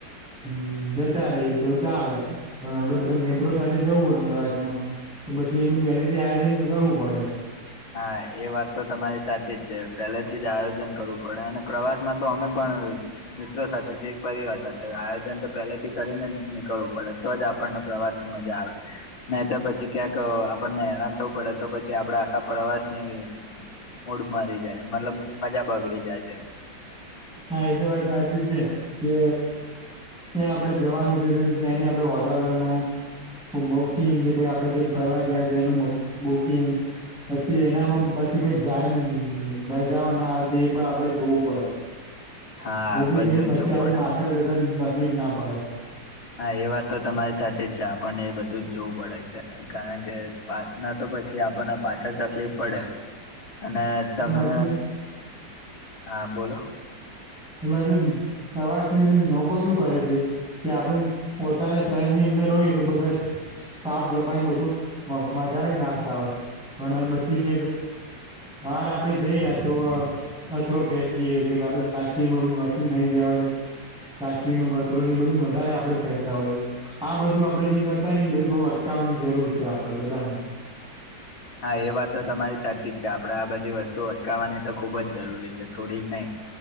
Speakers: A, in the centre; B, on the left.
A: હમ જતા રહીએ તો ચાલે પણ આપડે બધા મિત્રો સાથે જવું હોળશમાં તો પછી એનું પહેલેથી આયોજન કરવું પડે.
B: હા એ વાત તો તમારી સાચી જ છે પહેલેથી જ આયોજન કરવું પડે અને પ્રવાસમાં તો અમે પણ મિત્રો સાથે જે એક પરિવાર સાથે આયોજન તો પહેલેથી કરીને જ નીકળવું પડે. તો જ આપણને પ્રવાસની મજા આવે નહી તો પછી ક્યાંક આપણને હેરાન થવું પડે તો પછી આપડા પ્રવાસને મૂડ મરી જાય છે મતલબ મજા બગડી જાય છે.
A: હા એ તો વાત સાચી જ છે કે ત્યાં આપડણે જવાનું છે તો ત્યાંની આપડે હોટલોનું બુકિંગ કે ભાઈ આપડે જે ફરવા ગયા એનું બુકિંગ પછી એનામાં પછી કોઈ જાહેર રજાઓ ના આવતી એ પણ આપડે જોવું પડે.
B: હા
A: જેથી
B: બધું
A: કરીને પછી
B: જ જોવું
A: આપડે
B: પડે.
A: પાછળ જતા તકલીફ ના પડે.
B: હા એ વાત તો તમારી સાચી જ છે આપણને એ બધું જ જોવું પડે કારણ કે પાર્ટનર તો પછી આપણને પાછળ તકલીફ પડે. અને તમે
A: પાછું
B: હા બોલો.
A: એ બાજુ પ્રવાસની અંદર લોકો શું કરે છે. કે આપણે પોતાના શહેરની અંદર હોઈએ તો બધા સાફ સફાઈ બધું વધારેને નાખતા હોય પણ પછી કે બહાર આપડે જઈ રહ્યા તો કચરો ફેંકીએ કે પ્લાસ્ટિક નહી ગયા હોય તો પ્લાસ્ટિકનો કચરોને એ બધું વધારે આપડે ફેંકતા હોય. આ બધું આપડે જેમ કરતા ને એ બધું થોડું અટકાવવાની જરૂર છે આપડે બધાને
B: હા એ વાત તો તમારી સાચી જ છે આપણેે આ બધી વસ્તુઓ અટકાવવાની તો ખુબ જ જરૂરી છે થોડીક નઈ